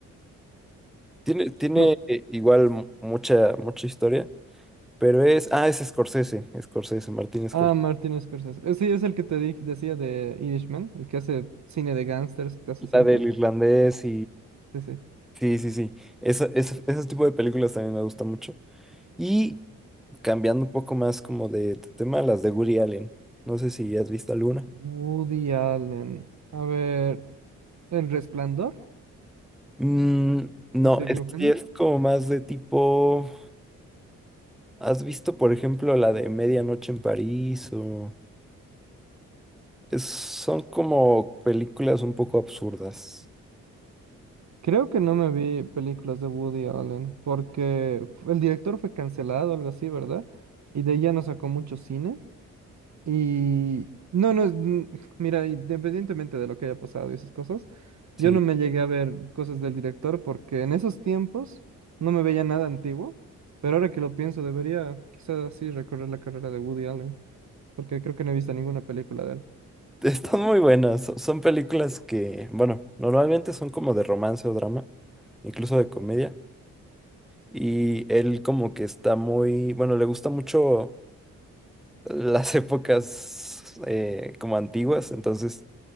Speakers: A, in the centre; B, on the right (about 45°).
A: tiene, tiene
B: No.
A: eh, igual mu- mucha, mucha historia, pero es... Ah, es Scorsese, Scorsese, Martín Scorsese.
B: Ah, Martin Scorsese. Eh, sí, es el que te di- decía de Irishman, el que hace cine de gángsters casi siempre.
A: La del irlandés
B: Sí, sí.
A: Sí, sí, sí. Esa- esa- ese tipo de películas también me gusta mucho. Y cambiando un poco más como de, de tema, las de Woody Allen. No sé si has visto alguna.
B: Woody Allen. A ver, El Resplandor,
A: Mm, no,
B: ¿me estoy equivocando?
A: es, es como más de tipo. ¿Has visto, por ejemplo, la de Medianoche en París? O es- son como películas un poco absurdas.
B: Creo que no me vi películas de Woody Allen porque fu- el director fue cancelado, algo así, ¿verdad? Y de ahí ya no sacó mucho cine. Y no, no, es- n- mira, independientemente de lo que haya pasado y esas cosas,
A: Sí,
B: yo no me llegué a ver cosas del director porque en esos tiempos no me veía nada antiguo, pero ahora que lo pienso debería quizás sí recorrer la carrera de Woody Allen porque creo que no he visto ninguna película de él.
A: <laughs> están muy buenas. Son son películas que, bueno, normalmente son como de romance o drama, incluso de comedia. Y él como que está muy, bueno, le gusta mucho las <laughs> épocas eh, como antiguas, entonces,